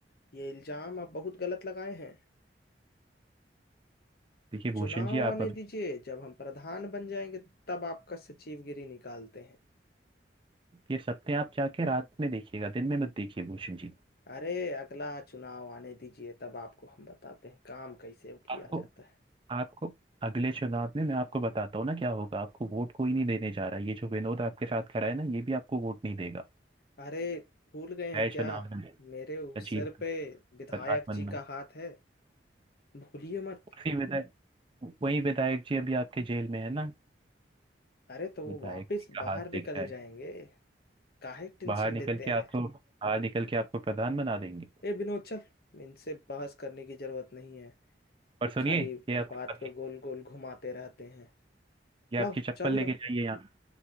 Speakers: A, on the left (about 60°); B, on the right (about 30°).
A: ये इल्जाम आप बहुत गलत लगाए हैं
B: देखिए भूषण
A: चुनाव
B: जी आप
A: आने
B: अभी
A: दीजिए जब हम प्रधान बन जाएंगे तब आपका सचिवगिरी निकालते हैं
B: ये सत्य आप जाके रात में देखिएगा दिन में मत देखिए भूषण जी
A: अरे अगला चुनाव आने दीजिए तब आपको हम बताते हैं काम कैसे किया
B: आपको
A: जाता है
B: आपको अगले चुनाव में मैं आपको बताता हूँ ना क्या होगा आपको वोट कोई नहीं देने जा रहा है ये जो विनोद आपके साथ खड़ा है ना ये भी आपको वोट नहीं देगा
A: अरे भूल गए हैं
B: नए
A: क्या
B: चुनाव में
A: मेरे उस
B: सचिव
A: सर पे
B: प्रधान
A: विधायक
B: बनना
A: जी का हाथ है भूलिए मत
B: उसी विधायक वही विधायक जी अभी आपके जेल में है ना
A: अरे तो वो
B: विधायक
A: वापस
B: जी का
A: बाहर
B: हाथ
A: निकल
B: लग गया है
A: जाएंगे काहे टेंशन
B: बाहर निकल
A: लेते
B: के
A: हैं
B: आपको बाहर निकल के आपको प्रधान बना देंगे
A: ए विनोद चल इनसे बहस करने की जरूरत नहीं है
B: और
A: ये
B: सुनिए
A: खाली
B: ये आपकी
A: बात को गोल गोल घुमाते रहते हैं
B: ये
A: लाओ
B: आपकी चप्पल
A: चाबी
B: लेके
A: लाओ
B: जाइए यहाँ